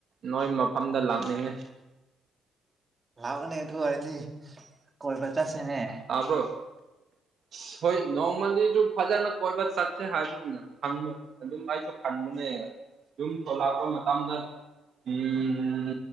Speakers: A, on the right (about 60°); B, on the right (about 25°).
A: ꯅꯣꯏ ꯃꯐꯝꯗ ꯂꯥꯛꯅꯤꯡꯉꯦ
B: ꯂꯥꯛꯑꯣꯅꯦ ꯑꯗꯨ ꯑꯣꯏꯔꯗꯤ ꯀꯣꯏꯕ ꯆꯠꯁꯤꯅꯦ
A: ꯇꯥꯕ꯭ꯔꯣ ꯁꯤ ꯍꯣꯏ ꯅꯣꯡꯃꯗꯤꯖꯨ ꯐꯖꯅꯥ ꯀꯣꯏꯕ ꯆꯠꯁꯦ ꯍꯥꯏꯕꯅꯤꯅꯦ ꯈꯪꯉꯦ ꯑꯗꯨꯝ ꯑꯩꯁꯨ ꯈꯟꯕꯅꯦ ꯌꯨꯝ ꯊꯣꯛꯂꯛꯄ ꯃꯇꯝꯗ ꯎꯝ